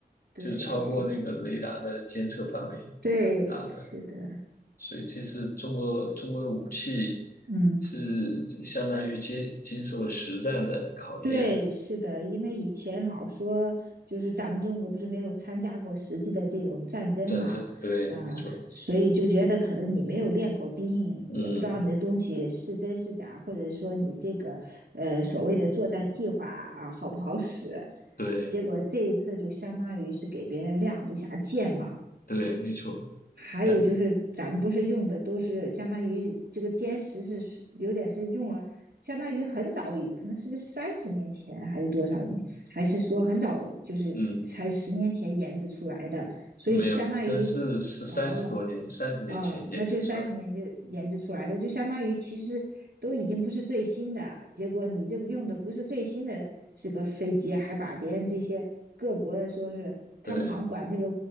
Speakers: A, on the right; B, on the left.
A: 对
B: 就是超过那个雷达的监测范围。
A: 对，
B: 打的。
A: 是的，
B: 所以这次中国中国的武器
A: 嗯，
B: 是相当于接经受了实战的考验，
A: 对，是的，因为以前老说就是咱们中国不是没有参加过实际的这种战争嘛，
B: 战争，对，
A: 啊、
B: 没错，
A: 所以就觉得可能你没有练过兵，
B: 嗯，
A: 也不知道你的东西是真是假，或者说你这个呃所谓的作战计划啊好不好使，
B: 对
A: 结果这一次就相当于是给别人亮了一下剑嘛。
B: 对，没错，
A: 还有就是咱们不是用的都是相当于这个歼十是有点是用了，
B: 呃
A: 相当于很早可能是不是三十年前还是多少年，还是说很早就是才十年前研制出来的，
B: 嗯，
A: 所以就相当于
B: 没有，但是是三十多年三十年前研制出来的，
A: 哦。啊、嗯那就三十年就研制出来的，就相当于其实都已经不是最新的。结果你这用的不是最新的这个飞机，还把别人这些各国的说是他们好像管这个
B: 对